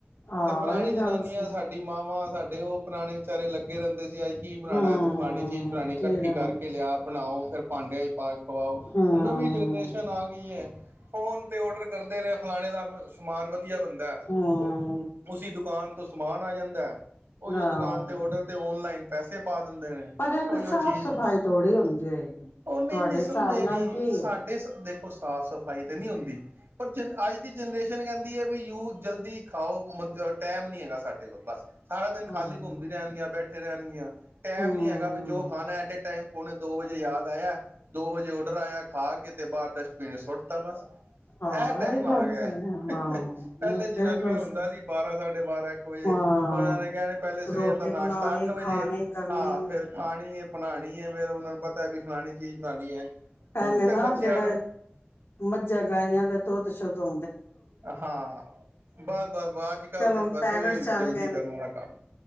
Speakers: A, on the left; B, on the right.
A: ਹਾਂ
B: ਤੇ ਪੁਰਾਣੀ
A: ਇਹ ਗੱਲ
B: ਜਨਾਨੀਆਂ
A: ਸਹੀ
B: ਸਾਡੀ ਮਾਵਾਂ ਸਾਡੇ ਉਹ ਪੁਰਾਣੇ ਵਿਚਾਰੇ ਲੱਗੇ ਅੱਗੇ ਰਹਿੰਦੇ ਸੀ ਅੱਜ ਕੀ ਬਣਾਉਣਾ
A: ਹੂੰ
B: ਤੇ ਫਲਾਣੀ ਚੀਜ਼ ਬਣਾਉਣੀ ਇਕੱਠੀ
A: ਕੀ ਬਣਾਉ
B: ਕਰਕੇ ਲਿਆ ਬਣਾਓ ਫਿਰ ਭਾਂਡਿਆਂ ਹੀ ਪਾ ਖਵਾਓੁ
A: ਹੂੰ
B: ਨਵੀਂ ਜਨਰੇਸ਼ਨ ਆ ਗਈ ਹੈ ਫੋਨ ਤੇ ਔਡਰ ਕਰਦੇ ਰਹੇ ਫਲਾਣੇ ਦਾ ਸਮਾਨ ਵਧੀਆ ਬਣਦਾ
A: ਹੂੰ
B: ਉਹ ਉਸਸੀ ਦੁਕਾਨ ਤੋਂ ਸਮਾਨ ਆ ਜਾਂਦਾ ਉਹੀ ਉਹ
A: ਆਹੋ
B: ਦੁਕਾਨ ਤੇ ਔਡਰ ਤੇ ਔਨਲਾਈਨ ਪੈੇ ਪਾ ਦਿੰਦੇ ਨੇ
A: ਪਰ ਇਹ ਕੋਈ
B: ਉਹੀ ਉਹ
A: ਸਾਫ਼
B: ਚੀਜ਼
A: ਸਫ਼ਾਈ ਥੋੜ੍ਹੀ ਹੁੰਦੀ ਹੋਏਗੀ
B: ਉਹ ਨਹੀਂ
A: ਤੁਹਾਡੇ
B: ਨ
A: ਹਿਸਾਬ
B: ਸਮਝੇ ਨੀ
A: ਨਾਲ ਕੀ
B: ਸਾਡੇ
A: ਹੈ
B: ਦੇਖੋ ਸਾਫ਼ ਸਫ਼ ਸਫਾਈ ਤਾਂ ਨਹੀਂ ਹੁੰਦੀ ਪਰ ਜ ਅੱਜ ਦੀ ਜਨਰੇਸ਼ਨ ਕਹਿੰਦੀ ਹੈ ਵੀ ਯੂ ਜਲਦੀ ਖਾਓ ਟਾਈਮ ਨਹੀਂ ਹੈਗਾ ਸਾਡੇ ਕੋਲ ਬਸ ਸਾਰਾ ਦਿਨ ਖਾਲੀ
A: ਹੂੰ
B: ਘੁੰਮਦੀ ਰਹਿਣਗੀਆਂ ਬੈਠੇ ਰਹਿਣਗੀਆਂ ਟਾਈਮ
A: ਹੂੰ
B: ਨਹੀਂ ਹੈਗਾ ਵੀ ਜੋ ਖਾਣਾ ਐਟ ਏ ਟਾਈਮ ਉਹਨੇ ਦੋ ਵਜੇ ਯਾਦ ਆਇਆ ਦੋ ਵਜੇ ਔਡਰ ਆਇਆ ਖਾ ਕੇ ਤੇ ਬਾਹਰ ਡਸਟਬਿਨ ਸੁੱਟ ਤਾਂ ਬਸ
A: ਹਾਂ
B: ਇਹ ਟਾਈਮ ਆ
A: ਗੱਲ
B: ਗਿਆ
A: ਸਹੀ ਹਾਂ
B: ਪਹਿਲੇ ਜਨਾਨੀਆਂ
A: ਬਿਲਕੁਲ
B: ਹੁੰਦਾ
A: ਸਹੀ
B: ਸੀ ਬਾਰਾਂ ਸਾਢੇ ਬਾਰਾਂ ਇੱਕ ਵਜੇ
A: ਹਾਂ
B: ਉਹਨਾਂ ਨੇ ਕਹਿਣੀ ਪਹਿਲੇ ਸਵੇਰ
A: ਰੋਟੀ
B: ਦਾ ਨਾਸ਼ਤਾ
A: ਬਣਾਣੇ
B: ਅੱਠ ਵਜੇ
A: ਖਾਣੇ ਕਰਨੇ
B: ਹਾਂ ਫਿਰ ਖਾਣੀ ਬਣਾਉਣੀ ਫਿਰ ਉਹਨਾ ਨੂੰ ਪਤਾ ਵੀ ਫਲਾਣੀ ਚੀਜ਼ ਬਣਾਉਣੀ ਹੈ
A: ਪੈਲੇ
B: ਹੁਣ ਤੇ
A: ਨਾ
B: ਬੱਚਿਆਂ
A: ਜਿਹੜਾ
B: ਨੂੰ
A: ਮੱਝਾਂ ਗਾਈਆਂ ਤੇ ਦੁੱਧ ਸ਼ੁੱਧੋ
B: ਹਾਂ ਬਸ ਬਸ ਅੱਜ ਕੱਲ ਦੇ
A: ਹੁਣ
B: ਬਸ
A: ਪੈਕਟ
B: ਉਹੀ
A: ਚੱਲ
B: ਜਲਦੀ
A: ਗਏ ਨੇ
B: ਕਰਨਾ ਕੰਮ